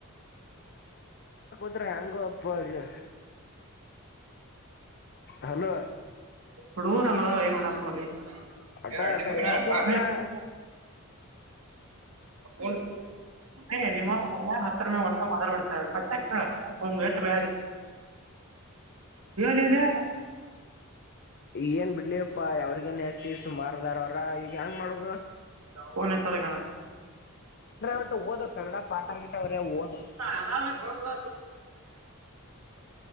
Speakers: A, on the left; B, on the right.
A: ಅ ಹೆಂಗ ಅಪ್ಪಾಜಿ ಹಲೋ
B: ಇ ಊರಾಂಗದಾವ ಏನುಣ್ಣ ಪರಳ ಮ <unintelligible>
A: ಅಟ ಆ ಕಡೆ ಅದ್ ಹೋಗ್ಲಾ
B: ಅ <unintelligible> ನಿಮ್ಮ ಹತ್ತರ ಮೆ ಒಟ್ಟ ಮಾತಾರ್ಡ್ತ ಪಕ್ಕಂಗಷ್ಟ ಬ ನಿಲ್ಲಿಲ್ಲ
A: ಈ ಏನ್ ಬಿಡ್ಲಿಪ್ಪಾ ಅವ್ರಗೇನ್ ಅತಿ ಸುಮಾರದಾರ ಅವ್ರ ಈಗ ಹೆಂಗ್ ಮಾಡದು
B: ಕನ್ ಯತಾರೆೇ ಕಾನ
A: ಒಟ್ಟು ಓದು ಕನ್ನಡ ಪಾಠ ಗಿಟ ಅವ್ರೆ ಓದು
B: ಆರಾಮ ಬಸಲ